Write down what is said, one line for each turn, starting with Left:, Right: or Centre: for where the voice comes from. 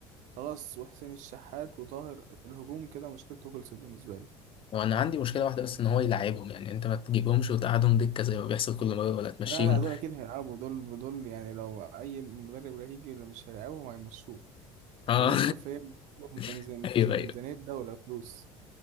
Right: خلاص وحسين الشحات وطاهر الهجوم كده مشكلته خلصت بالنسبة لي
Left: وانا عندي مشكله واحده بس ان هو يلعبهم يعني انت ما تجيبهمش وتقعدهم دكه زي ما بيحصل كل مره ولا تمشيهم
Right: لا لا دول أكيد هيلعبوا دول دول يعني لو أي مدرب لا هيجي اللي مش هيلعبهم هيمشوه
Left: اه
Right: لأن دول حرفيا ميزانية
Left: <laughs> ايوه
Right: ميزانية
Left: ايوه
Right: ميزانية دولة فلوس